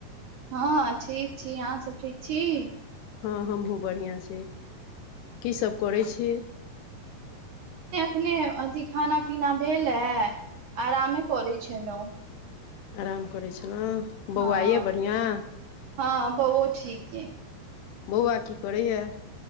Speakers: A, on the right; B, on the left.
A: हँ ठीक छी आहा सब ठीक छी
B: हँ हमहु बढ़िआं छी की सभ करय छी
A: अखने अथी खाना पीना भेल ऐ आरमे करै छलौं
B: आराम करै छलहुँ
A: हँ
B: बौआ ए बढ़िआँ
A: हँ बौओ <unintelligible>
B: बौआ की करैए